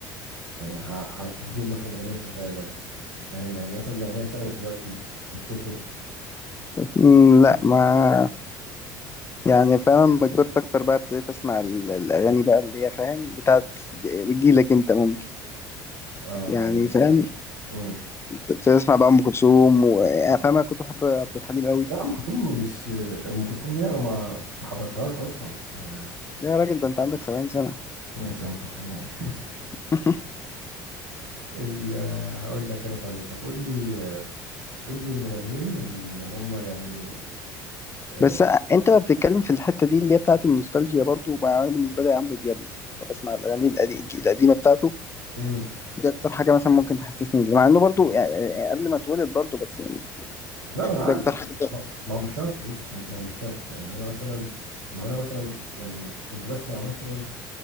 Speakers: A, on the right; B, on the left.
A: يعني ع- على التلفزيون مثلا اغنيه شغاله فاهم يعني مثلا لو اغنيه اشتغلت دلوقتي تفتكر
B: مم، لا
A: ايش
B: ما يعني فاهم لما كبرت اكتر بقى ابتديت اسمع ال- الاغاني بقى اللي هي فاهم بتاعت ج- بتجيلك انت ممكن
A: اه
B: يعني
A: اه ممكن
B: فاهم
A: مم.
B: ابتديت اسمع بقى ام كلثوم ويعني فاهم انا كنت بحب عبد الحليم قوي
A: لا ام كلثوم مش آه، ام كلثوم دي انا ما ما حضرتهاش اصلا آه.
B: لا يا راجل ده انت عندك 70 سنه
A: ماشي يا عم شكرا يا عم <laughs>
B: <laughs>
A: ال- آه، هقول لك انا طيب طب قول لي آه، قول لي المغنيين اللي هم يعني آه.
B: بس انت لما بتتكلم في الحته دي اللي هي بتاعت النوستالجيا برضو ما انا بالنسبه لي عمرو دياب مثلا بسمع الاغاني القدي- القديمه بتاعته
A: مم.
B: دي اكتر حاجه مثلا ممكن تحسسني بيه. مع انه برضو يعني يعني قبل ما اتولد برضو بس يعني
A: لا ما انا عارف
B: دي اكتر
A: لا،
B: حاجه
A: ما ما هو مش شرط بص ما ما هو مش شرط يعني انا مثلا ما انا مثلا يعني كنت بسمع مثلا